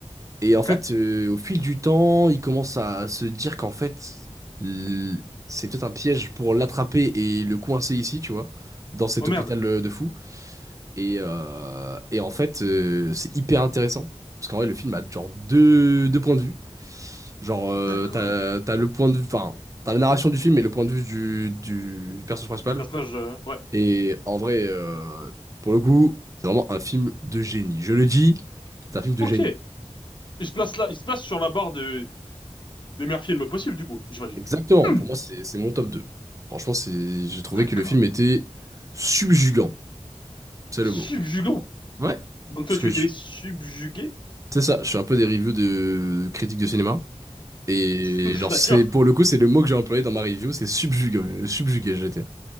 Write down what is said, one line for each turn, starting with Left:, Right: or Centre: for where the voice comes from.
Right: Et
Left: Ok.
Right: en fait, euh, au fil du temps, ils commencent à se dire qu'en fait, l- c'est peut-être un piège pour l'attraper et le coincer ici, tu vois, dans cet
Left: Oh merde.
Right: hôpital euh, de fou. Et, euh, et en fait, euh, c'est hyper intéressant. Parce qu'en vrai, le film a genre deux, deux points de vue. Genre, euh,
Left: D'accord.
Right: t'as, t'as le point de vue, enfin, t'as la narration du film et le point de vue du, du personnage principal.
Left: Du personnage, euh, ouais.
Right: Et en vrai, euh, pour le coup, c'est vraiment un film de génie. Je le dis, c'est un film de
Left: Ok.
Right: génie.
Left: Il se place là, il se place sur la barre de, des meilleurs films possibles, du coup, j'imagine.
Right: Exactement,
Left: Hmm,
Right: pour moi, c'est c'est mon top deux Franchement, c'est, j'ai trouvé
Left: D'accord.
Right: que le film était subjugant, c'est
Left: Subjugant.
Right: le mot. Ouais.
Left: Donc
Right: Parce
Left: toi, tu
Right: que je-
Left: étais subjugué?
Right: c'est ça, je fais un peu des reviews de critiques de cinéma. Et
Left: <laughs>
Right: genre,
Left: D'accord.
Right: c'est pour le coup, c'est le mot que j'ai employé dans ma review, c'est subjugué, subjugué j'étais.